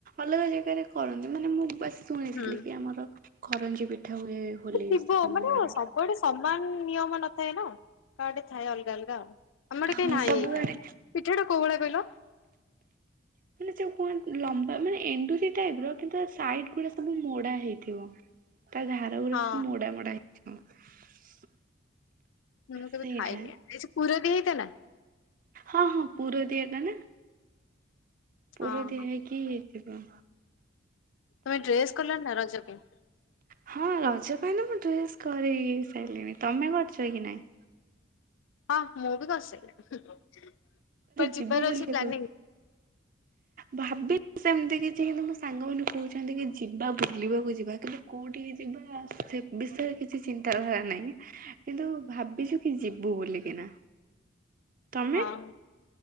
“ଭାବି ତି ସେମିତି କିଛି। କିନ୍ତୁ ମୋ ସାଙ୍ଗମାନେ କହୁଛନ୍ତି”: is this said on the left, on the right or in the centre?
Right